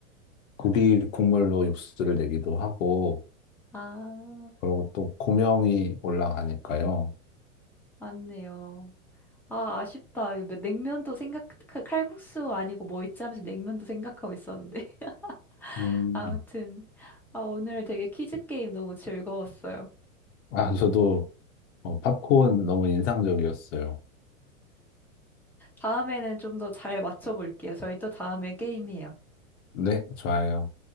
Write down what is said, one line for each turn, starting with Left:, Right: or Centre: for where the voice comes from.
Left: 고기 국물로 육수를 내기도 하고,
Centre: 아,
Left: 그리고 또 고명이 올라가니까요.
Centre: 맞네요. 아, 아쉽다. 이거 뭐 냉면도 생각, 그 칼국수 아니고 뭐 있지 하면서 냉면도 생각하고 있었는데.
Left: 음.
Centre: <laughs> 아무튼, 아, 오늘 되게 퀴즈 게임 너무 즐거웠어요.
Left: 아, 저도 어, 팝콘 너무 인상적이었어요.
Centre: 다음에는 좀 더 잘 맞춰볼게요. 저희 또 다음에 게임해요.
Left: 네, 좋아요.